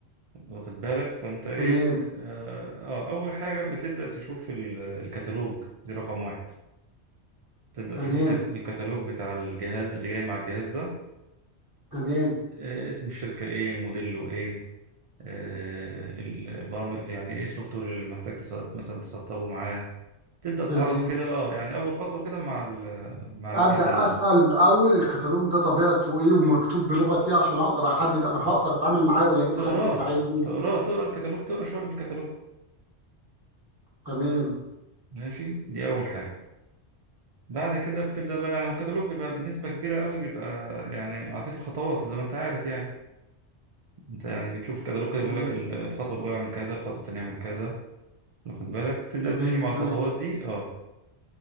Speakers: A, on the right; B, on the right.
A: واخد بالك فأنت إيه
B: تمام
A: آه آه، أول حاجة بتبدأ تشوف ال- الكتالوج دي رقم واحد تبدأ
B: تمام
A: تشوف الكت- الكتالوج بتاع الجهاز اللي جاي مع الجهاز ده
B: تمام
A: آه، اسم الشركة ايه موديله ايه آه، ال- البرامج يعني ايه السوفت وير اللي محتاج تص- مثلا تسطبه معاه تبدأ تتعرف
B: تمام
A: كده اه يعني أول خطوة كده مع ال- مع الكتالوج
B: ابدا اسال الاول الكتالوج ده طبيعته ايه ومكتوب بلغه ايه عشان اقدر احدد انا هقدر اتعامل معاه ولا اجيب
A: تقراه
B: حد يساعدني
A: تقراه تقرا الكتالوج تقرا شوية في الكتالوج
B: تمام
A: ماشي دي أول حاجة بعد كده بتبدأ بقى يعني والكتالوج بيبقى بنسبة كبيرة قوي بيبقى يعني معطيك الخطوات زي ما انت عارف يعني انت يعني بتشوف الكتالوج كده بيقول
B: تمام
A: لك ال- الخطوة الأولى اعمل كذا الخطوة التانية اعمل كذا واخد بالك تبدأ
B: تمام
A: تمشي مع الخطوات
B: تمام
A: دي اه